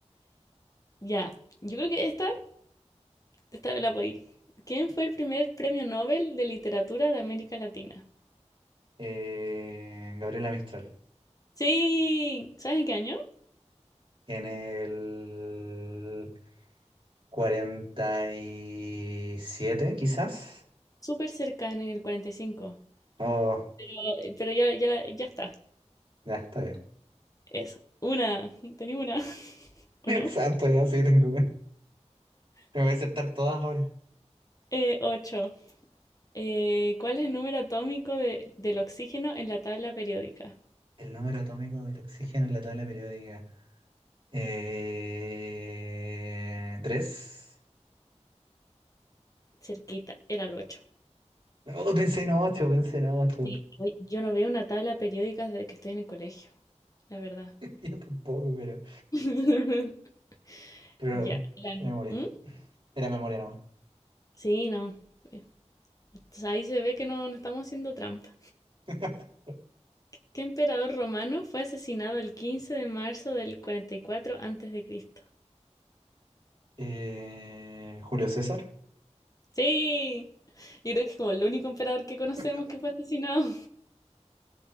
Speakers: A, on the left; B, on the right.
A: Ya, yo creo que esta, esta la voy. ¿Quién fue el primer premio Nobel de Literatura de América Latina?
B: Eh, Gabriela Mistral.
A: Sí, ¿saben qué año?
B: En el 47 quizás?
A: Súper cerca, en el 45.
B: Oh,
A: Pero, eh, pero ya, ya, la- ya está.
B: ya, está bien. <laughs>
A: Es una. Tenía una, <laughs> ¿o
B: Dios
A: no?
B: santo, ya sí tengo que... Tengo que aceptar todas ahora.
A: Eh, 8. ¿cuál es el número atómico de- del oxígeno en la tabla periódica?
B: El número atómico del oxígeno en la tabla periódica. Eh, ¿Tres?
A: Cerquita, era el ocho
B: No, pensé en ocho, pensé en ocho.
A: Sí. Oye, yo no veo una tabla periódica desde que estoy en el colegio, la verdad.
B: <laughs> Yo tampoco, pero...
A: <laughs>
B: Pero...
A: Ya. La nu-
B: Memoria.
A: ¿Mm?
B: Era memoria nomás.
A: Sí, no. Eh, Ahí se ve que no, no estamos haciendo trampa.
B: <laughs>
A: ¿Qué emperador romano fue asesinado el 15 de marzo del 44 antes de Cristo?
B: Eh, ¿Julio César?
A: Sí, yo creo que es como el único emperador que conocemos
B: <laughs>
A: que fue asesinado.